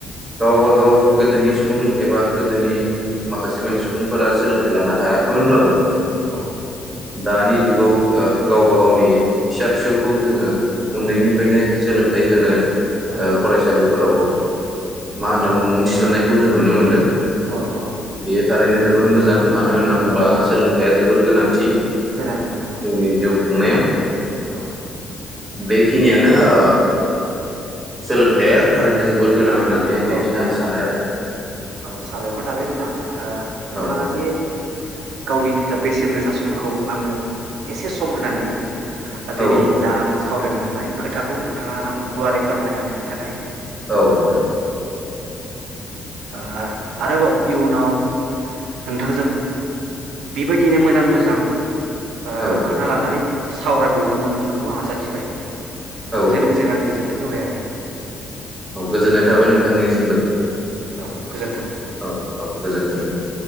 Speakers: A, on the right (about 20°); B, on the right (about 85°).
A: गावबागाव गोदोनि सुबुं एबा गोदोनि माखासे मानि सुबुंफोरा सोलोंथाइ लानो हायाखैमोनब्लाबो
B: औ
A: दानि जुगाव ओ गावबा गावनि फिसा फिसौखौ जोङो उन्दैनिफ्रायनो सोलोंथाइ होनो ओ
B: औ औ
A: फरायसालिफोराव मा होननना बुङो मुं थिसननायखौ जों नुनो मोनदों
B: औ औ
A: बेयो थारैनो जोबोर मोजां। मानो होनना
B: मोजां
A: बुंबा सोंलोंथाइया जोबोर गोनांथि।
B: गोनांथि औ
A: जोंनि जिउ खुंनायाव।
B: औ
A: बेखिनियानो ओ सोलोंथाइया थारैनो जोबोर गोनां होननानै
B: औ
A: बेखायनो
B: औ
A: आं सानो आरो
B: औ साबायखर थाबाय नोंथां नोंथाङा
A: औ
B: जे गावनि बेसेन गोसा समखौ आंनो एसे सम होनानै दिनै
A: औ
B: जा आं सावरायनानै खोथाखौ नोंथाङा आंनो गुवारै फोरमायना होनायनि थाखाय।
A: औ नोंथां।
B: आ आरोबाव इयुनाव नोंथांजों बेबायदिनो मोजां मोजां ओ
A: औ औ
B: खोथा लानानै सावरायबावनो मोनगोनखौ आं आसाथिबाय।
A: औ
B: बेजों
A: औ
B: लोगोसेनो आं गोजोन थों होबाय आरो
A: औ गोजोननाय थाबाय नोंथांनिसिमबो
B: औ गोजोन्थों।
A: औ औ गोजोन्थों। औ